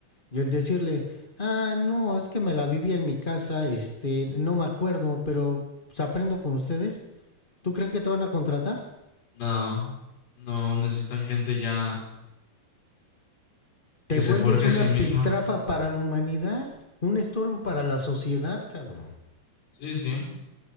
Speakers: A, on the left; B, on the left.
A: Y el decirle, ah, no, es que me la viví en mi casa, este, no me acuerdo, pero pues, aprendo con ustedes. ¿Tú crees que te van a contratar?
B: no, no necesitan gente ya
A: Te
B: que se
A: vuelves
B: forje a
A: una
B: sí misma.
A: piltrafa para la humanidad, un estorbo para la sociedad, cabrón.
B: Sí, sí.